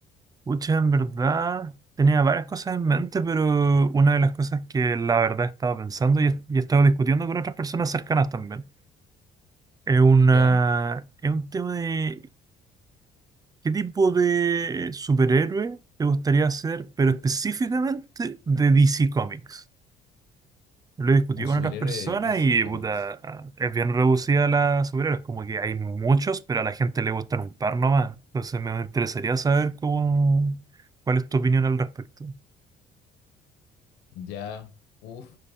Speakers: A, on the right (about 20°); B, on the left (about 90°).
A: pucha, en verdad tenía varias cosas en mente, pero una de las cosas que la verdad he estado pensando y he, y he estado discutiendo con otras personas cercanas también es una,
B: Ya,
A: es un tema de qué tipo de superhéroe te gustaría ser, pero específicamente de DC Comics. Lo he discutido
B: un superhéroe
A: con otras personas
B: de DC
A: y
B: Comics.
A: puta, ah, es bien reducida la superhéroes, como que hay muchos, pero a la gente le gustan un par nomás. Entonces me interesaría saber cómo, cuál es tu opinión al respecto.
B: Ya, uff,